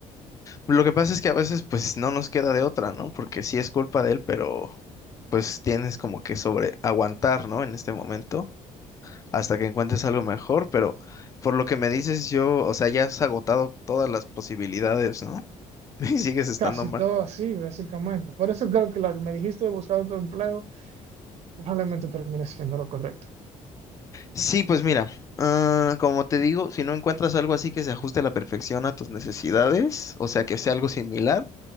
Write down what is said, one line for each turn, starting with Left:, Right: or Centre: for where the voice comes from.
Left: lo que pasa es que a veces pues no nos queda de otra, ¿no? Porque sí es culpa de él, pero pues tienes como que sobre aguantar, ¿no? En este momento hasta que encuentres algo mejor, pero por lo que me dices yo, o sea, ya has agotado todas las posibilidades, ¿no? <laughs> Y sigues estando
Right: Casi
Left: mal.
Right: todo así, básicamente. Por eso creo que lo que me dijiste de buscar otro empleo probablemente termine siendo lo correcto.
Left: Sí, pues mira, ah, como te digo, si no encuentras algo así que se ajuste a la perfección a tus necesidades, o sea, que sea algo similar,